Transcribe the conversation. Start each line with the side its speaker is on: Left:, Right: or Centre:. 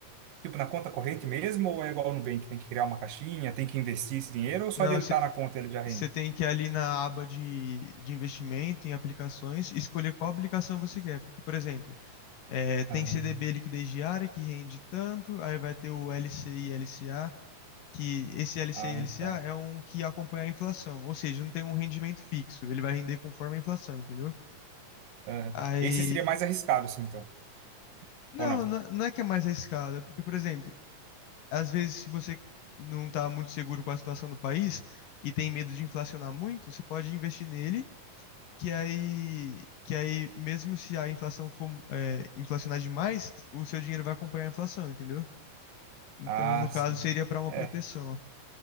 Right: Tipo, na conta corrente mesmo, ou é igual no Nubank, tem que criar uma caixinha, tem que investir esse dinheiro, ou só
Left: Não,
Right: dele estar na conta ele já rende?
Left: você tem que ir ali na aba de, de investimento em aplicações e escolher qual aplicação você quer. Porque, por exemplo, é, tem
Right: Ah,
Left: CDB liquidez diária que rende tanto, aí vai ter o LCI e LCA, que esse LCI
Right: ah,
Left: e LCA
Right: tá.
Left: é um que acompanha a inflação, ou seja, não tem um rendimento fixo, ele vai render conforme a inflação, entendeu?
Right: Aham.
Left: Aí.
Right: Esse seria mais arriscado, assim, então,
Left: Não,
Right: ou não?
Left: não não é que é mais arriscado, é porque, por exemplo, às vezes se você não está muito seguro com a situação do país e tem medo de inflacionar muito, você pode investir nele, que aí, que aí mesmo se a inflação for, é, inflacionar demais, o seu dinheiro vai acompanhar a inflação, entendeu? Então,
Right: Ah,
Left: no caso,
Right: sim.
Left: seria para uma
Right: É.
Left: proteção.